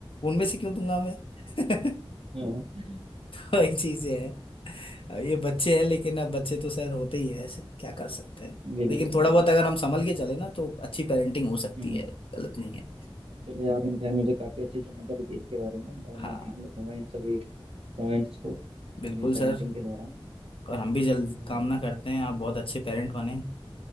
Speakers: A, on the left; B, on the right.
A: उनमें से क्यों दूंगा मैं <laughs>
B: हाँ
A: वही चीजें हैं ये बच्चे हैं लेकिन अब बच्चे तो सर होते ही है ऐसे क्या कर सकते हैं
B: बिल्कुल
A: लेकिन थोड़ा
B: बिल्कुल
A: बहुत अगर हम संभल के चले ना तो अच्छी पेरेंटिंग हो सकती
B: हम्म
A: है गलत नहीं है
B: चलिए आपने खैर मुझे काफ़ी अच्छी जानकारी दी इसके बारे में और मैं
A: हाँ
B: ध्यान रखूंगा इन सभी पॉइंट्स को
A: बिल्कुल
B: अपनी पेरेंटिंग
A: सर
B: के दौरान
A: और हम भी जल्द
B: और
A: कामना करते हैं आप बहुत अच्छे पेरेंट बने